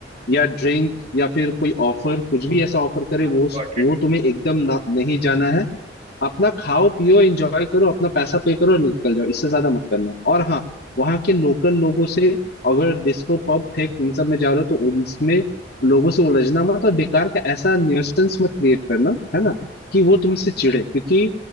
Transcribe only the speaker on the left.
या ड्रिंक या फिर कोई ऑफर कुछ भी ऐसा ऑफर करे वो
वो तुम्हें
एकदम ना, नहीं
जाना है अपना खाओ पियो एंजॉय करो अपना पैसा पे करो और निकल जाओ इससे ज्यादा मत करना और हाँ वहाँ के लोकल लोगों से अगर डिस्को पब थे इन सब में जा रहे हो तो उनमें लोगों से उलझना मत और बेकार का ऐसा न्यूसेंस मत क्रिएट करना है ना कि वो तुमसे चिढ़े क्योंकि